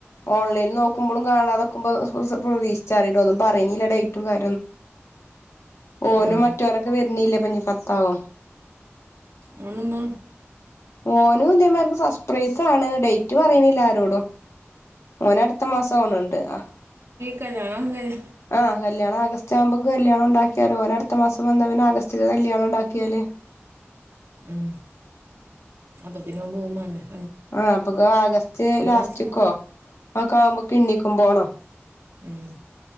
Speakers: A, on the left; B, on the right.
A: ഓൺലൈനിൽ നോക്കുമ്പോളും കാണാതക്കുമ്പോ പ്രതീക്ഷിക്ക ച്ചറ ഒന്നും പറയണില്ല ഡേറ്റും കാ ഓനു
B: ആ
A: മറ്റോരൊക്കെ വരണില്ലേ പഞ്ഞി പത്താവു
B: ഓനെന്ന
A: ഓനും ഇതേമാർക്ക് സർപ്രൈസാണ് ഡേറ്റ് പറയണില്ല ആരോടും ഓനടുത്ത് ടുത്ത മാസം ആണണ്ട് അ
B: കല്യാണന്തായി
A: ആഹ് കല്യാണം ആഗസ്റ്റ് ആകുമ്പക്ക് കല്യാണം ഉണ്ടാക്കിയാൽ കല്യാണം ഓനടുത്ത മാസം വന്നാ പിന്നെ ആഗസ്റ്റ് കല്യാണം ഉണ്ടാക്കിയാലേ
B: ഉം അപ്പത്തിനോം പോവും മേണ്ടേ
A: ആ അപ്പൊ ആഗസ്റ്റ് ലാസ്റ്റക്കോ
B: മാസം
A: ആക്കെ ആവുമ്പോ കിണ്ണിക്കും പോണം
B: ഉം